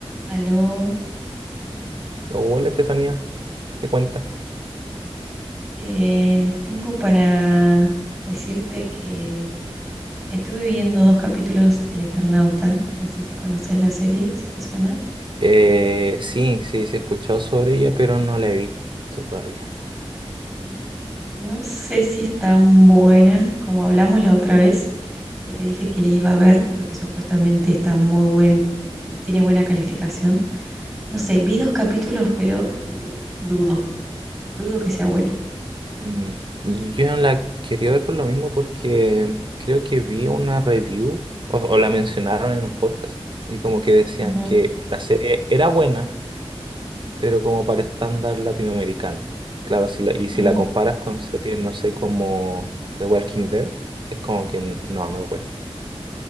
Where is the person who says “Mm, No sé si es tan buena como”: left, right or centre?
Centre